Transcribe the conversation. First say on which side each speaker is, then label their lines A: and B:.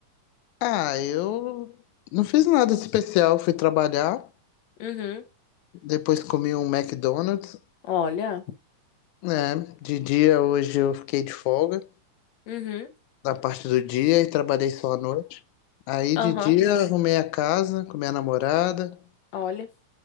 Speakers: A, on the left; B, on the left.
A: Ah, eu não fiz nada especial. Fui trabalhar,
B: Uhum.
A: depois comi um McDonald's,
B: Olha.
A: né? De dia, hoje eu fiquei de folga
B: Uhum.
A: da parte do dia e trabalhei só à noite. Aí
B: Aham.
A: de dia arrumei a casa com minha namorada.
B: Olha.